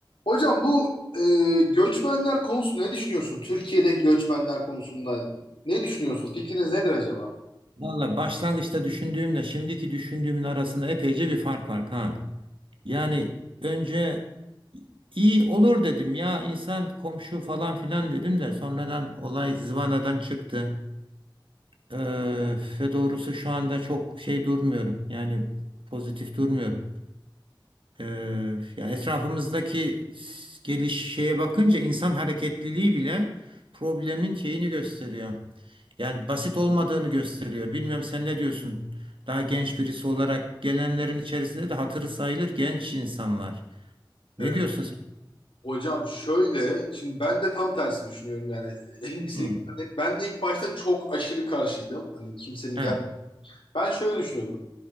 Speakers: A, on the left (about 85°); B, on the right (about 80°).
A: Hocam bu e, göçmenler konusunda ne düşünüyorsunuz? Türkiye'deki göçmenler konusunda ne düşünüyorsunuz? Fikriniz nedir acaba?
B: Valla başlangıçta düşündüğümle şimdiki düşündüğümün arasında epeyce bir fark var Kaan. Yani önce iyi olur dedim ya insan komşu falan filan dedim de sonradan olay zıvanadan çıktı. Ee, ve doğrusu şu anda çok şey durmuyorum yani pozitif durmuyorum. Ee, yani etrafımızdaki s- geliş şeye bakınca insan hareketliliği bile problemin şeyini gösteriyor. Yani basit olmadığını gösteriyor. Bilmiyorum sen ne diyorsun? Daha genç birisi olarak gelenlerin içerisinde de hatırı sayılır genç insanlar.
A: Evet.
B: Ne diyorsun sen?
A: Hocam şöyle, şimdi ben de tam tersi düşünüyorum yani. <laughs> Kesinlikle.
B: Hı.
A: Ben de ilk başta çok aşırı karşıydım. Hani kimsenin
B: He.
A: gel. Ben şöyle düşünüyordum.